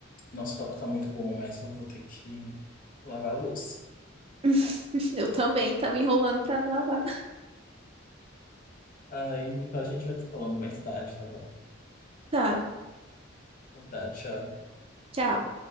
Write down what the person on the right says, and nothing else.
<laughs> Eu também tava enrolando pra não lavar.
Tá,
tchau.